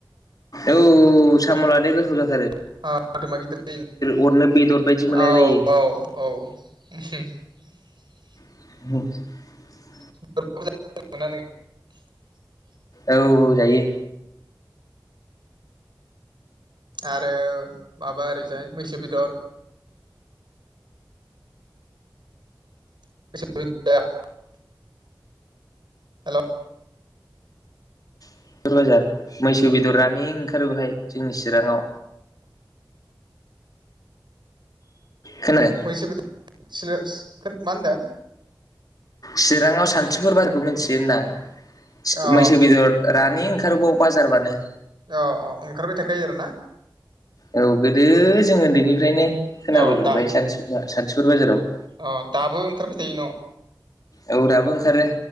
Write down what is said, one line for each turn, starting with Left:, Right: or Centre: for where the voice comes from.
Left: औ औ साम' लादाइआ गोथाव
Right: <inaudible>
Left: जा
Right: गिदिर जायो
Left: अरनो
Right: औ
Left: बेदर बायदि
Right: औ
Left: मोनलाय लायो
Right: औ ओम हु <inaudible>
Left: <inaudible>
Right: <inaudible>
Left: औ औ जायो
Right: आरो माबा ओरैजाय मैसो बेदर, <inaudible> हेलौ
Left: <inaudible> बाजार मैसो बेदर रानिं ओंखारो बहाय जोंनि चिराङाव। खोनादों
Right: मैसो बेदर <inaudible> मा होनदों?
Left: चिराङाव सान्थिपुर <inaudible> खौ मिथियो होनदां
Right: अ
Left: मैसो बेदर रानिं ओंखारो बाव बाजारबानो
Right: अ अ ओंखारबाय थाखायो आरोना?
Left: औ गोदो जों उन्दैनिफ्रायनो खोनाबोदोंबाय
Right: अ दा
Left: सानतिपुरा सानथिपुर बाजाराव
Right: अ दाबो ओंखारबाय थायो न'?
Left: औ दाबो ओंखारो